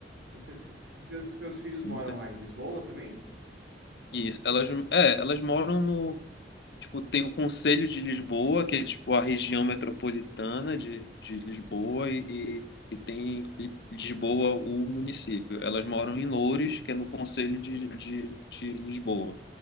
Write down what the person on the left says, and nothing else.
muita,
e isso, elas, é, elas moram no Tipo, tem o Conselho de Lisboa, que é tipo a região metropolitana de, de Lisboa, e, e, e tem Li- Lisboa, o município. Elas moram em Loures, que é no Conselho de, de, de Lisboa.